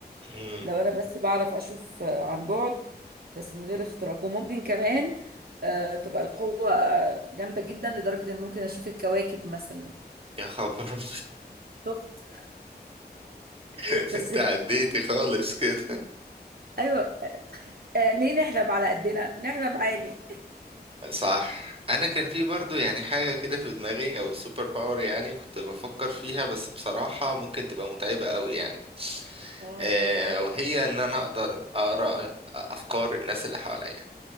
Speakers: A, on the right (about 35°); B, on the right (about 65°).
A: مم.
B: لو انا بس بعرف اشوف آه، عن بعد بس من غير اختراق وممكن كمان آه، تبقى القوة آه، جامدة جدا لدرجة ان ممكن اشوف الكواكب مثلا
A: يا خبر أبيض.
B: شفت <laughs>
A: <laughs>
B: بس
A: انت عديتي خالص كده
B: ايوه آه، ليه نحلم على قدنا نحلم عالي
A: صح انا كان في برضو يعني حاجة كده في دماغي او سوبر باور يعني كنت بفكر فيها بس بصراحة ممكن تبقى متعبة قوي يعني
B: آه.
A: آه وهي ان انا اقدر اقرا افكار الناس اللي حواليا